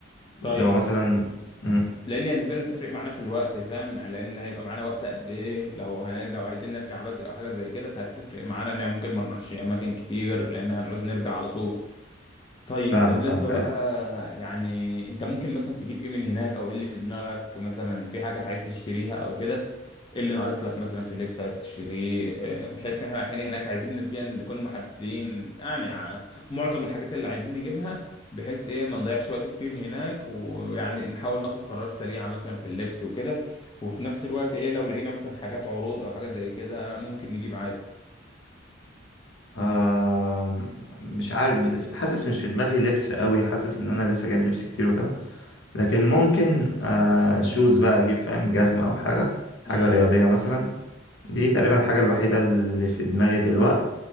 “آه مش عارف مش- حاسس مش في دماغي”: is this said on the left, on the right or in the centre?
Left